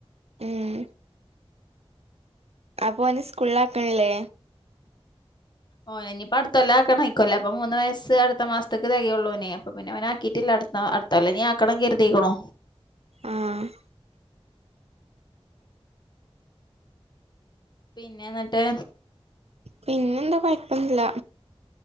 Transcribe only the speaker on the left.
ഓ ഇനിയിപ്പൊ അടുത്തല്ല ആക്കണം ആയിോല്ലേ അപ്പൊ മൂന്ന് വയസ്സ് അടുത്ത മാസത്തെക്ക് തകയോള്ളൂ ഇനി അപ്പൊ പിന്നെ അവനെ ആക്കിട്ടില്ല അടുത്ത കൊല്ലം ഇനി ആകക്കണം <unintelligible> കരുതീക്ക്ണു
പിന്നെ എന്നിട്ട്